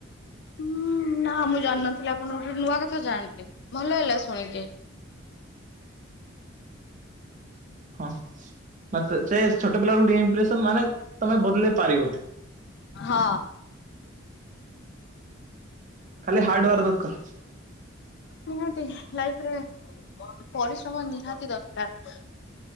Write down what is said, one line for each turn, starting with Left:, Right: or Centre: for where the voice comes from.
Left: ହୁଁ ନା ମୁଁ ଜାଣିନଥିଲି ଆପଣଙ୍କ ଠୁ ନୂଆ କଥା ଜାଣିଲି ଭଲ ହେଲା ଶୁଣିକି।
Right: ହଁ ମା ତେ ସେ ଛୋଟ ପିଲା ଗୁଟେ ଇମ୍ପ୍ରେସନ ମାନେ ତମେ ବଦଳେଇ ପାରିବ।
Left: ହଁ।
Right: ଖାଲି ହାର୍ଡୱାର ଦରକାର।
Left: ନିହାତି ଲାଇଫ ରେ ପରିଶ୍ରମ ନିହାତି ଦରକାର।